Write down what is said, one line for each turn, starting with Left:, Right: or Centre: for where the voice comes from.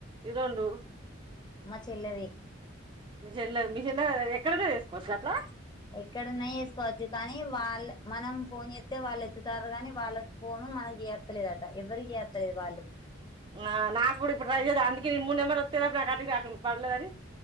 Right: ఇరెండు
Left: మా చెల్లెది
Right: మిషన్లో మిషన్లో ఎక్కడున్న చేస్కోవచ్చు అట్లా
Left: ఎక్కడున్నా చేసుకోవచ్చు కానీ, వాళ్ల్ మనం ఫోన్ చేత్తే వాళ్ళు ఎత్తుతార్ కానీ, వాళ్ళ ఫోను మనం చేయ్తలేదట ఎవరి చేయతలేదు వాళ్ళు
Right: ఆ నాకు గూడా ఇప్పుడు ట్రై చెతే అందుకే నిన్ మూడు నెంబర్ ఒత్తేయ్ లోప్ నాక్ కట్ రాకున్డింది పర్లేదాది